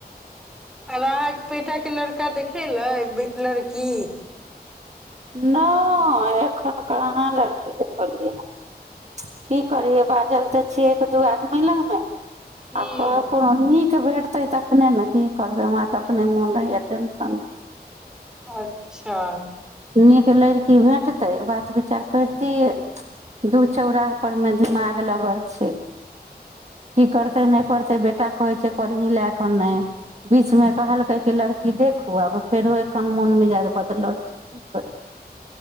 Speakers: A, in the centre; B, on the right (about 40°).
A: अला बेटा के लड़का देख खेलै लड़की
B: नहि एखन कहाँ लड़की देखौलियै ह की करियै बाजल तऽ छियै एक दू आदमी लगमे
A: हूँ
B: आब को कोनोन् नीक भे तै तखने ने की करबै हमरा त अपने मोन रहैया टेंशनमे
A: अच्छा
B: नीक लड़की भेटतै बात विचार करितियै दू चौराह पर मे दिमाग लगल छै की करतै नहि करतै बेटा कहै छै करही लए कऽ नहि बीचमे कहलकै कि लड़की देखू आब फेरो एखन मोन मिजाद बदलल छै की करी